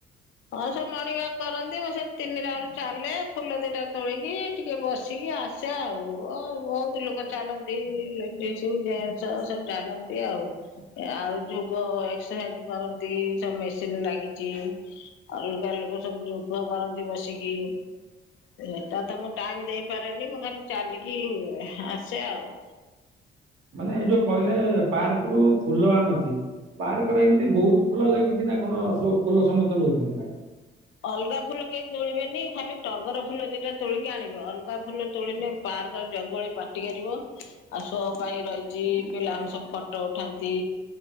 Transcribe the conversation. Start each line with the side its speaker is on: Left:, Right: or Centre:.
Left: ହଁ ସେ ମଣିଙ୍ଗ୍ ୱାଲକ୍ କରନ୍ତି ଆଉ, ସେ ତିନି ରାଉଣ୍ଡ୍ ଚାଲେ, ଫୁଲ ଦିଟା ତୋଳିକି ଟିକେ ବସିକି ଆସେ ଆଉ, ଆ ବହୁତ ଲୋକ ଚାଲନ୍ତି, ଲେଡିସ୍ ଜେଣ୍ଟସ୍ ସ, ସବୁ ଚାଲନ୍ତି ଆଉ। ଆଉ ଯୋଗ ଏକ୍ସରସାଇଜ କରନ୍ତି, ସବୁ ମେସିନ ଲାଗିଚି ଅଲଗା ଲୋକ ସବୁ ଯୋଗ କରନ୍ତି ବସିକି ଏଟା ତ ମୁଁ ଟାଇମ୍ ଦେଇପାରେନି, ମୁଁ ଖାଲି ଚାଲିକି ଆସେ ଆଉ।
Right: ମାନେ ଏ ଯୋଉ କହିଲେ ପାର୍କ ରୁ ଫୁଲ ଆଣନ୍ତି ପାର୍କରେ ଏମିତି ବହୁତ ଫୁଲ ଲାଗିଛି ନା କଣ, ସବୁ ଫୁଲ ସମସ୍ତ ନଉଛନ୍ତି ନା କଣ?
Left: ଅଲଗା ଫୁଲ କେହି ତୋଳିବେନି, ଖାଲି ଟଗର ଫୁଲ ଦିଟା ତୋଳିକି ଆଣିବେ, ଅଲଗା ଫୁଲ ତୋଳିଲେ ପାର୍କର ଜଗୀଆଳି ପାଟି କରିବ। ଆଉ ଶୋ ପାଇଁ ରହିଚି, ପିଲାମାନେ ସବୁ ଫଟୋ ଉଠାନ୍ତି।